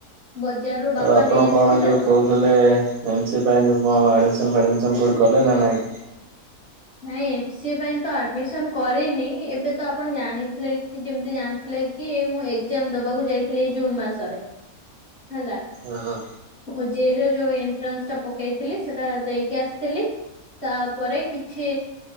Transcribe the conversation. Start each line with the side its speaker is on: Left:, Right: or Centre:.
Left: ବଜାରରୁ ବାପା
Right: ଆପଣ
Left: ନେଇ ଆସିଥିଲେ
Right: କଣ ଯୋଉ
Left: ତ
Right: କହୁଥିଲେ? ଏମ୍ ସି ଏ ପାଇଁ ଯଉଁ ଆଡ଼ମିସ ଫାଡ଼ମିସନ୍ କେଉଁଠୀ କଲେ ନା ନାହିଁ?
Left: ନାଇଁ ଏମ ସିଏ ଏ ପାଇଁ ତ ଆଡମିସନ କରିନି ଏବେ ତ ଆପଣ ଜାଣିଥିଲେ କି ଯେମିତି ଜାଣିଥିଲେ କି ମୁଁ ଏକ୍ଜାମ ଦେବାକୁ ଯାଇଥିଲି ଏଇ ଜୁନ୍ ମାସରେ ହେଲା।
Right: ଓହୋ।
Left: ଓ ଯେ ଇ ର ଯଉ ଏଣ୍ଟ୍ରାନ୍ସଟା ପକେଇଥିଲି ସେଟା ଦେଇକି ଆସିଥିଲି। ତାପରେ କିଛି